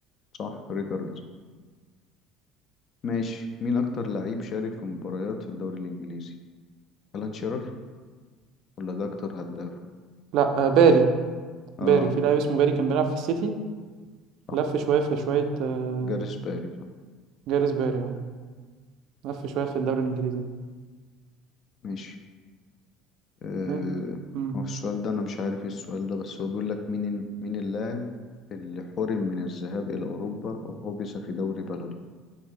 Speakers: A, on the left; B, on the right.
A: صح ريكارد صح ماشي مين أكتر لعيب شارك في مباريات في الدوري الإنجليزي؟ ألان شيرر ولا ده أكتر هداف؟
B: لا آه باري
A: آه
B: باري في لاعب اسمه باري كان بيلعب في السيتي
A: صح
B: لف شوية في شوية آه،
A: جاريث باري صح
B: جاريث باري يعني لف شوية في الدوري الإنجليزي ده
A: ماشي آه،
B: إيه؟ مم.
A: هو السؤال ده أنا مش عارف إيه السؤال ده بس هو بيقول لك مين مين اللاعب اللي حرم من الذهاب إلى أوروبا وحبس في دوري بلده